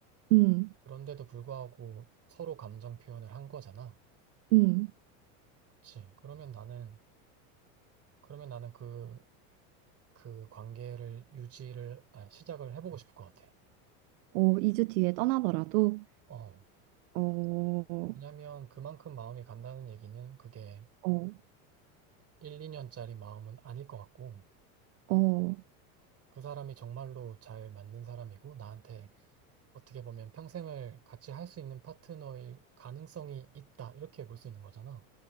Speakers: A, on the right; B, on the right.
A: 음,
B: 그런데도 불구하고 서로 감정 표현을 한 거잖아.
A: 음.
B: 그치. 그러면 나는 그러면 나는 그 그 관계를 유지를 아니, 시작을 해보고 싶을 것 같아.
A: 어, 2주 뒤에 떠나더라도,
B: 어.
A: 어,
B: 왜냐면 그만큼 마음이 간다는 얘기는 그게
A: 어,
B: 1, 2년짜리 마음은 아닐 것 같고
A: 어,
B: 그 사람이 정말로 잘 맞는 사람이고 나한테 어떻게 보면 평생을 같이 할 수 있는 파트너일 가능성이 있다 이렇게 볼 수 있는 거잖아.